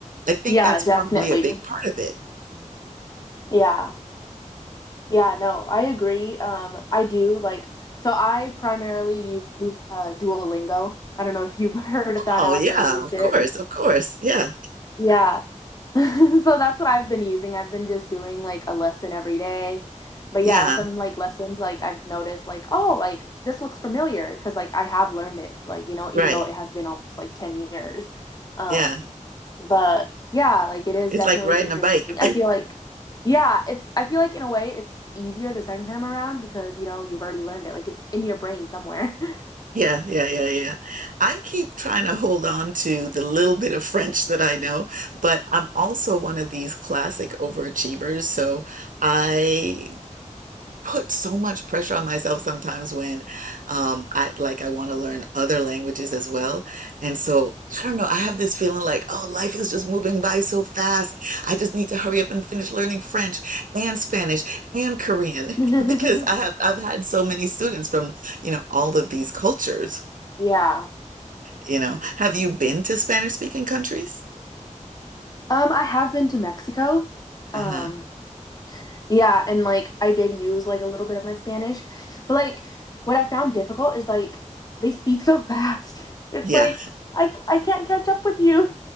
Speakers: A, on the right; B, on the left.
A: I think
B: Yeah,
A: that's
B: definitely.
A: probably a big part of it.
B: Yeah. Yeah, no, I agree. Um, I do like so I primarily use uh Duolingo. I don't know if you've <laughs> heard of that
A: Oh,
B: app
A: yeah,
B: or used
A: of
B: it.
A: course, of course. Yeah,
B: Yeah. <laughs> So that's what I've been using. I've been just doing like a lesson every day. But
A: yeah,
B: yeah, some like lessons like I've noticed like, oh, like this looks familiar because like I have learned it, like, you know,
A: right.
B: even though it has been almost like 10 years. Um,
A: Yeah,
B: but yeah, like it is
A: it's
B: definitely
A: like riding
B: interesting.
A: a bike.
B: I
A: <laughs>
B: feel like yeah, it's I feel like in a way it's easier the second time around because, you know, you've already learned it. Like it's in your brain somewhere. <laughs>
A: Yeah, yeah, yeah, yeah. I keep trying to hold on to the little bit of French that I know, but I'm also one of these classic overachievers. So I put so much pressure on myself sometimes when um I like I want to learn other languages as well. And so I don't know, I have this feeling like, oh, life is just moving by so fast. I just need to hurry up and finish learning French and Spanish and Korean
B: <laughs>
A: <laughs> because I have I've had so many students from, you know, all of these cultures,
B: Yeah.
A: you know. Have you been to Spanish speaking countries?
B: Um, I have been to Mexico.
A: Uh-huh.
B: Um, Yeah, and like I did use like a little bit of my Spanish, but like what I found difficult is like they speak so fast. <laughs> It's
A: Yeah.
B: like I I can't catch up with you.